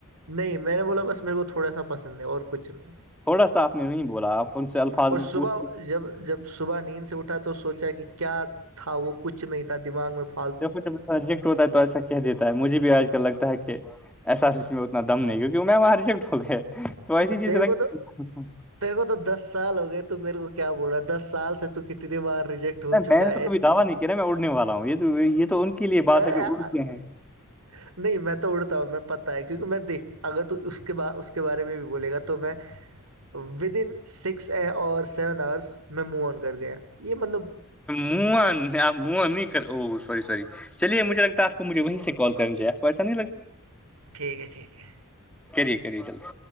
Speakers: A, on the right; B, in the centre.
A: نہیں میں نے بولا بس میرے کو تھوڑا سا پسند ہے اور کچھ نہیں
B: تھوڑا سا آپ نے نہیں بولا آپ ان سے الفاظ
A: اور صبح
B: بھی پوچھ کے
A: جب جب صبح نیند سے اٹھا تو سوچا کہ کیا تھا وہ کچھ نہیں تھا دماغ میں پ
B: دیکھو جب ایسا ریجیکٹ ہوتا ہے تو ایسا کہ دیتا ہے مجھے بھی آج کل لگتا ہے کہ ایسا اتنا دم نہیں کیونکہ میں وہاں ریجیکٹ ہو گیا تو ایسی چیز
A: تیرے
B: رکھھی
A: کو تو تیرے کو تو دس سال ہو گئے تو میرے کو کیا بول رہا دس سال سے تو کتنی بار ریجیکٹ ہو
B: نہیں
A: چکا
B: میں نے
A: ہے
B: توب دعوی نہیں کیا نا میں اڑنے والا ہوں یہ یہ تو ان کے لیے
A: <unintelligible>
B: بات ہے جو اڑتے ہیں
A: نہیں میں تو اڑتا ہوں میں پتہ ہے کیونکہ میں دیکھ اگر تو اس کے ب اس کے بارے میں بھی بولے گا تو میں ود ان سکس اے اور سیون آورس میں مو آن کر گیا یہ مطلب
B: من آ م نہیں ا سور سور چلیے مجھے لگتا آپ کو مجھے وہیں سے کال کریں چیے آپ کو ایسا نہیں لگتا
A: ٹھیک ہے ٹھیک ہے
B: کریے کریے چلس